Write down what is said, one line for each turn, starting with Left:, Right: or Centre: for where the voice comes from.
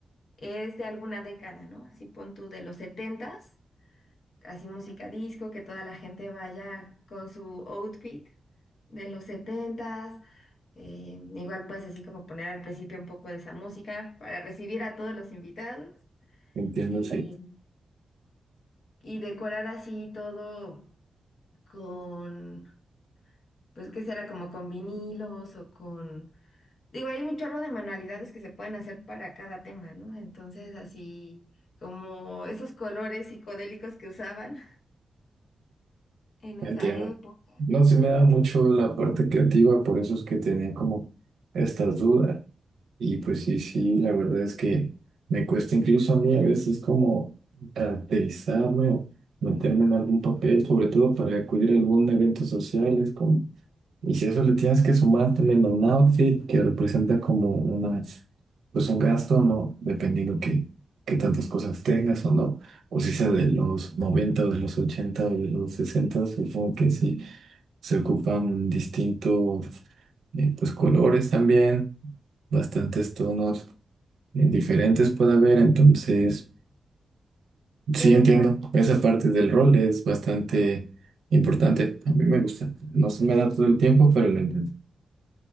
Left: es de alguna década, ¿no? Así pon tú de los setentas así música disco, que toda la gente vaya con su outfit de los setentas. Eh, igual pues así como poner al principio un poco de esa música para recibir a todos los invitados
Right: Entiendo,
Left: y,
Right: sí.
Left: y decorar así todo con, pues qué será, como con vinilos o con... Digo, hay un chorro de manualidades que se pueden hacer para cada tema, ¿no? Entonces así como esos colores psicodélicos que usaban <laughs> en
Right: Entiendo.
Left: esa época.
Right: No se me da mucho la parte creativa, por eso es que tenía como estas dudas. Y pues sí, sí, la verdad es que me cuesta incluso a mí a veces como caracterizarme o meterme en algún papel, sobre todo para acudir a algún evento social, es como y si a eso le tienes que sumar también a un outfit que representa como una, pues un gasto, ¿no? Dependiendo que, que tantas cosas tengas o no. O si sea de los 90 o de los 80 o de los 60, supongo que sí. Se ocupan distintos, eh, pues colores también, bastantes tonos eh, diferentes puede haber. Entonces, sí
Left: ¿Quieres
Right: entiendo,
Left: que
Right: esa parte del rol es bastante importante. A mí me gusta. No se me da todo el tiempo, pero lo entiendo.